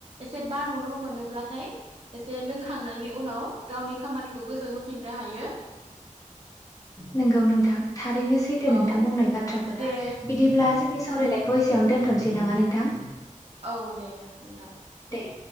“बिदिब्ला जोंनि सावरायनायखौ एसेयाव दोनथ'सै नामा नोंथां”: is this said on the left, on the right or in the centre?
Left